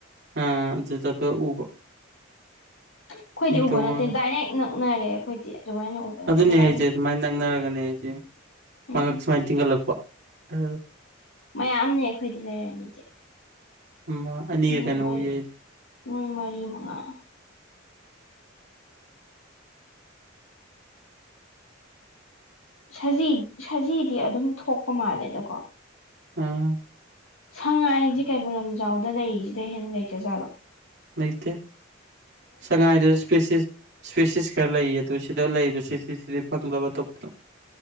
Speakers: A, on the right; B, on the left.
A: ꯑ ꯆ ꯎꯕ
B: ꯑꯩꯈꯣꯏꯗꯤ
A: ꯍꯤ
B: ꯎꯕ
A: ꯇꯣꯡꯉꯒ
B: ꯅꯠꯇꯦ ꯗꯥꯏꯔꯦꯛ ꯅꯛꯅꯔꯦ ꯑꯩꯈꯣꯏꯗꯤ ꯑꯗꯨꯃꯥꯏꯅ ꯎꯕ ꯅꯠꯇꯦ
A: ꯑꯗꯨꯅꯦ
B: ꯑꯗꯨꯃꯥꯏꯅ
A: ꯍꯥꯏꯁꯦ ꯁꯨꯃꯥꯏꯅ ꯅꯪꯅꯔꯒꯅꯦ ꯍꯥꯏꯁꯦ
B: ꯎꯝ
A: ꯃꯥꯍꯛ ꯁꯨꯃꯥꯏꯅ ꯊꯤꯡꯒꯠꯂꯛꯄ ꯑ
B: ꯃꯌꯥꯝꯅꯦ ꯑꯩꯈꯣꯏꯗꯤ ꯂꯩꯔꯝꯃꯤꯁꯦ
A: ꯑꯃ ꯑꯅꯤꯔ
B: ꯅꯣꯏ
A: ꯀꯩꯅꯣ
B: ꯃꯔꯤ
A: ꯎꯏ ꯑꯩꯗꯤ
B: ꯅꯣꯏ ꯃꯔꯤ ꯃꯉꯥ ꯁꯖꯤ ꯁꯖꯤꯗꯤ ꯑꯗꯨꯝ ꯊꯣꯛꯄ ꯃꯥꯜꯂꯦꯗꯀꯣ
A: ꯑ
B: ꯁꯉꯥꯏꯁꯦ ꯀꯩꯕꯨꯜ ꯂꯝꯖꯥꯎꯗ ꯂꯩꯔꯤꯁꯤꯗ ꯍꯦꯟꯅ ꯂꯩꯇ ꯖꯥꯠꯂꯣ
A: ꯂꯩꯇꯦ ꯁꯉꯥꯏꯗ ꯏꯁꯄꯦꯁꯤꯁ ꯏꯁꯄꯤꯦꯁꯤꯁ ꯈꯔ ꯂꯩꯌꯦ ꯑꯗꯨ ꯁꯤꯗ ꯂꯩꯕꯕꯁꯤ ꯁꯤ ꯁꯤꯗꯤ ꯐꯪꯗꯕ ꯑꯇꯣꯞꯄ